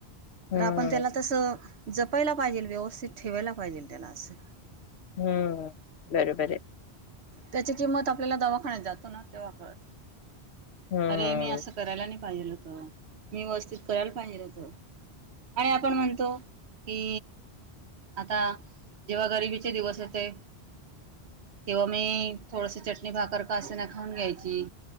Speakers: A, on the left; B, on the right.
A: हम्म
B: तर आपण त्याला तसं जपायला पाहिजेल व्यवस्थित ठेवायला पाहिजे त्याला असं.
A: हम्म बरोबर आहे.
B: त्याची किंमत आपल्याला दवाखान्यात जातो ना तेव्हा कळते.
A: हम्म
B: अरे मी असं करायला नाही पाहिल होत मी व्यवस्थित करायला पाहिेलं होत आणि आपण म्हणतो कि आता जेव्हा गरिबीचे दिवस होते तेव्हा मी थोडस चटणी भाकर का असे ना खाऊन घ्यायची.